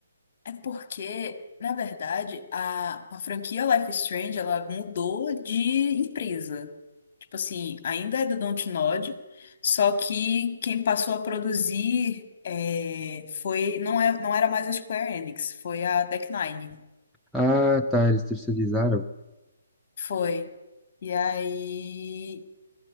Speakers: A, on the left (about 45°); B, in the centre.
A: É porque, na verdade, a, a franquia Life is Strange, ela mudou de empresa. Tipo assim, ainda é do Dontnod, só que quem passou a produzir é, foi, não é, não era mais a Square Enix, foi a Deck Nine.
B: Ah, tá, eles terceirizaram.
A: Foi. E aí